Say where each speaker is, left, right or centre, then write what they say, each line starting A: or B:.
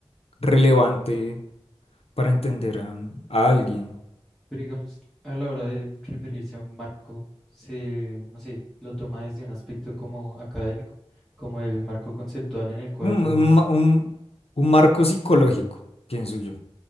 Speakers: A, on the left; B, in the centre.
A: relevante para entender a, un- a alguien?
B: Pero digamos, a la hora de referirse a un marco, se, no sé, lo toma desde un aspecto como académico, como el marco conceptual en el cual
A: Un,
B: yo,
A: un ma- un- un marco psicológico, pienso yo.